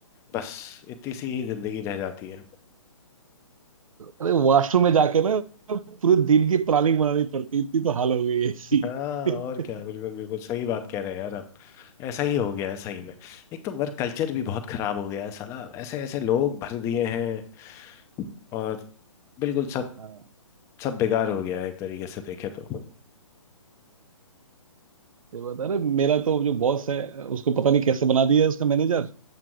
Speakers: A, on the left (about 15°); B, on the right (about 80°).
A: बस इतनी सी ही जिंदगी रह जाती है
B: अरे वॉशरूम में जाके ना पूरे दिन की प्लानिंग बनानी पड़ती है, इतनी तो हाल हो गई है ऐसी
A: हाँ
B: <laughs>
A: और क्या बिल्कुल बिल्कुल सही बात कह रहे हैं यार आप ऐसा ही हो गया है सही में एक तो वर्क कल्चर भी बहुत खराब हो गया है साला ऐसे ऐसे लोग भर दिए हैं और बिल्कुल
B: हाँ
A: सब बेकार हो गया है एक तरीके से देखे तो
B: सही बात है। अरे मेरा तो जो बॉस है उसको पता नहीं कैसे बना दिया है उसका मैनेजर